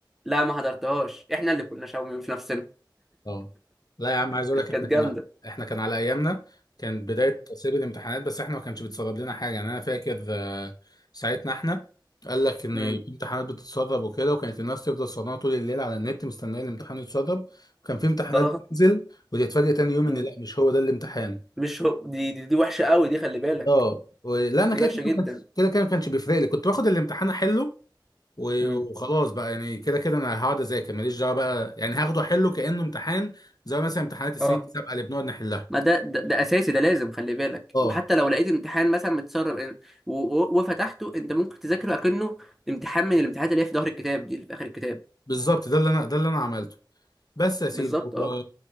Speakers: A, in the centre; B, on the left.
A: لا ما حضرتهاش احنا اللي كنا شاومي مش نفسنا
B: اه لا يا عم عايز اقول
A: <laughs>
B: لك
A: كانت
B: احنا كان
A: جامده
B: احنا كان على ايامنا كان بدايه تسريب الامتحانات بس احنا ما كانش بيتسرب لنا حاجه يعني انا فاكر آه، ساعتنا احنا قال لك ان
A: امم
B: في امتحانات بتتسرب وكده وكانت الناس تفضل سهرانه طول الليل على النت مستنيه الامتحان يتسرب وكان في امتحانات
A: اه
B: بتنزل وتتفاجئ تاني يوم ان
A: امم
B: لا مش هو ده الامتحان
A: مش هو دي دي, دي وحشه قوي دي خلي بالك
B: اه و- لا انا
A: دي
B: كده
A: وحشه
B: كده
A: جدا
B: ما كانش- كده كده ما كانش بيفرق لي كنت باخد الامتحان احله و-
A: امم
B: وخلاص بقى يعني كده كده انا هقعد اذاكر ماليش دعوه بقى يعني هاخده احله كانه امتحان زي مثلا امتحانات السنين
A: اه
B: السابقه اللي بنقعد نحلها
A: ما ده, ده ده اساسي ده لازم خلي بالك
B: اه
A: وحتى لو لقيت امتحان مثلا متسرب إن- و- و- وفتحته انت ممكن تذاكره اكنه امتحان من الامتحانات اللي هي في ظهر الكتاب دي اللي في اخر الكتاب
B: بالظبط ده اللي انا ده اللي انا عملته بس يا سيدي
A: بالظبط
B: و...
A: اه